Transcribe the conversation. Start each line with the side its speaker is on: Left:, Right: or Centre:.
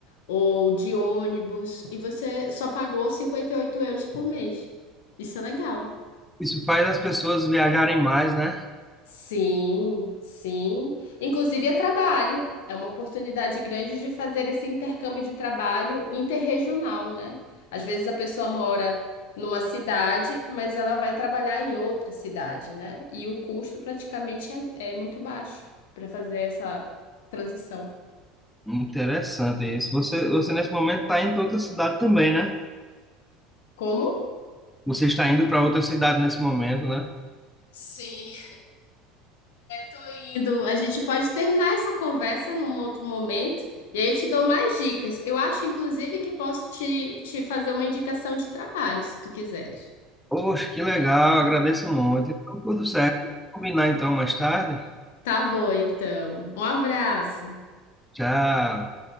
Left: ou de ônibus, e você só pagou 58 euros por mês. Isso é legal.
Centre: Isso faz as pessoas viajarem mais, né?
Left: Sim, sim. Inclusive é trabalho. É uma oportunidade grande de fazer esse intercâmbio de trabalho interregional, né? Às vezes a pessoa mora numa cidade, mas ela vai trabalhar em outra cidade, né? E o custo praticamente é, é muito baixo para fazer essa transição.
Centre: Interessante isso. Você, você nesse momento está indo para outra cidade também, né?
Left: Como?
Centre: Você está indo para outra cidade nesse momento, né?
Left: Sim, Tô indo. A gente pode terminar essa conversa num outro momento e aí eu te dou mais dicas. Eu acho, inclusive, que posso te, te fazer uma indicação de trabalho, se tu quiseres.
Centre: Poxa, que legal, agradeço muito. Então, tudo certo. Vamos combinar então mais tarde.
Left: Tá bom, então. Um abraço.
Centre: Tchau.